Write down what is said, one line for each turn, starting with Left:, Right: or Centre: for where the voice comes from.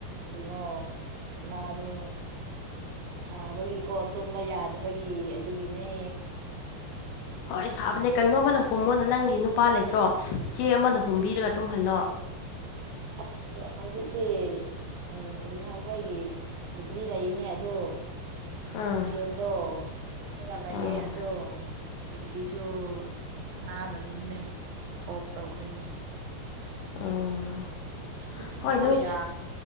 Right: ꯀꯩꯅꯣ ꯏꯨꯃꯗꯣ ꯁꯥꯕꯒꯤꯀꯣ ꯇꯨꯝꯕ ꯌꯥꯗꯕꯒꯤ ꯑꯗꯨꯒꯤꯅꯦ
Left: ꯍꯣꯏ ꯁꯥꯕꯅꯦ ꯀꯩꯅꯣꯃꯅꯥ ꯍꯨꯝꯃꯣꯅ ꯅꯪꯒꯤ ꯅꯨꯄꯥ ꯂꯩꯇ꯭ꯔꯣ ꯆꯦ ꯑꯃꯅ ꯍꯨꯝꯕꯤꯔꯒ ꯇꯨꯝꯍꯜꯂꯣ
Right: ꯑꯁ ꯍꯧꯖꯤꯛꯁꯦ ꯎꯝ ꯀꯔꯤꯅꯣ ꯑꯩꯈꯣꯏꯒꯤ ꯕꯦꯇ꯭ꯔꯤ ꯂꯩꯔꯤꯅꯦ ꯑꯗꯣ
Left: ꯎꯝ
Right: ꯑꯗꯣ <unintelligible> ꯂꯩꯌꯦ
Left: ꯎꯝ
Right: ꯑꯗꯣ ꯕꯦꯇ꯭ꯔꯤꯁꯨ ꯀꯅꯥꯅꯅꯣꯅꯦ ꯑꯣꯐ ꯇꯧꯈ꯭ꯔꯦꯅꯦ
Left: ꯎꯝ
Right: ꯁꯤ ꯅꯨꯄꯤꯗꯤꯀꯣ
Left: ꯍꯣꯏ ꯅꯣꯏ
Right: ꯌꯥ